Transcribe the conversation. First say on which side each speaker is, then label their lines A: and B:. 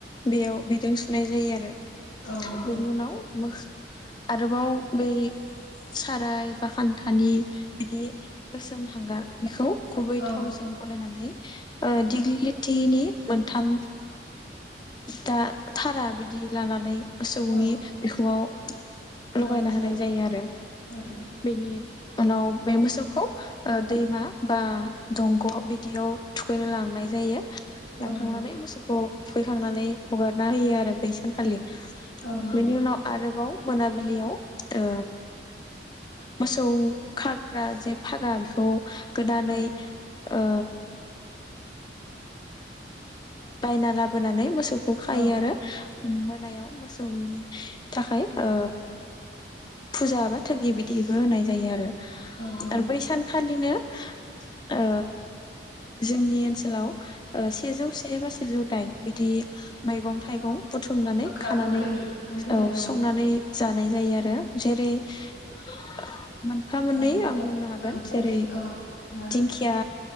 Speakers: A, on the left; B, on the left.
A: बेयाव बिदों सुनाय जायो आरो।
B: औ नंगौ
A: बेनि उनाव मोखो आरोबाव बै साराय बा खान्थानि बिदि गोसोम हांगार बेखौ गुबै
B: औ
A: थावजों
B: नंगौ
A: गलायनानै दिगलिटिनि मोनथाम दा थारा बिदि लानानै मोसौनि
B: औ
A: बिखुङाव
B: बुज्राब
A: लगायना
B: बुज्राब
A: होनाय जायो
B: औ
A: आरो।
B: आरो
A: बेनि उनाव बे मोसौखौ ओ दैमा
B: औ
A: बा दंग' बिदियाव थुखैनो लांनाय जायो। लांखांनानै
B: औ नंगौ
A: मोसौ खौ थुखैखांनानै हगारना होयो आरो बैसानखालि।
B: औ नंगौ
A: बेनि उनाव आरोबाव मोनाबिलियाव ओ मोसौ खाग्रा जे फागा बेखौ गोदानै
B: औ
A: ओ बायना लाबोनानै मोस खौ खायो
B: औ
A: आरो। मोनायाव मोसौनि थाखाय ओ फुजा बा थोगि बिदिबो होनाय जायो आरो।
B: औ नंगौ
A: आरो बै सानखालिनो ओ जोंनि ओनसोलाव ओ सेजौ से एबा सेजौ दाइन बिदि मैगं थाइगं
B: औ
A: बुथुमनानै
B: गोखा
A: खानानै
B: गोखै मैगं बिलाइ
A: औ संनानै जानाय जायो आरो जेरै <inaudible> मोनफा मोननै
B: ओ
A: आं
B: दिं
A: बुंनो हागोन
B: ओ दिंखि
A: जेरै
B: ओ दिंखिया
A: दिंखिया